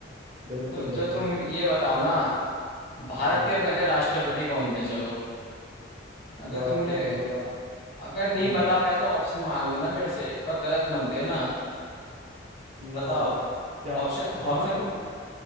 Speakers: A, on the right (about 35°); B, on the left (about 50°).
A: बिल्कुल
B: तो जो
A: बिल्कुल
B: तुम ये बताओ ना भारत
A: हाँ
B: के पहले राष्ट्रपति कौन थे चलो अगर
A: भारत
B: तुमने
A: के पहले राष्ट्र
B: अगर नहीं
A: हम्म
B: बता पाए तो ऑप्शन मांग लेना मेरे से पर गलत मत देना
A: ठीक
B: बताओ
A: है ठीक है जहाँ
B: ऑप्शन
A: जहाँ
B: ऑप्शन
A: तक